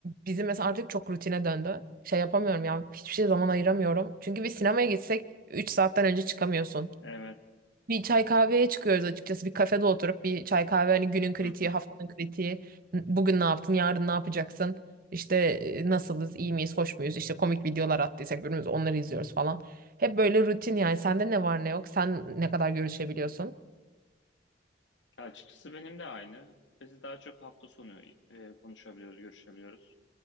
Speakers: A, on the right; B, on the left.
A: bizim mesela artık çok rutine döndü. Şey yapamıyorum ya hiçbir şey zaman ayıramıyorum. Çünkü bir sinemaya gitsek 3 saatten önce çıkamıyorsun.
B: Evet.
A: Bir çay kahveye çıkıyoruz açıkçası. Bir kafede oturup bir çay kahve hani günün kritiği,
B: Hı hı.
A: haftanın kritiği. n- Bugün ne yaptın, yarın ne yapacaksın? İşte e, nasılız, iyi miyiz, hoş muyuz? İşte komik videolar attıysak birbirimize onları izliyoruz falan. Hep böyle rutin yani. Sende ne var ne yok? Sen ne kadar görüşebiliyorsun?
B: Açıkçası benim de aynı. Biz daha çok hafta sonu e, konuşabiliyoruz, görüşebiliyoruz.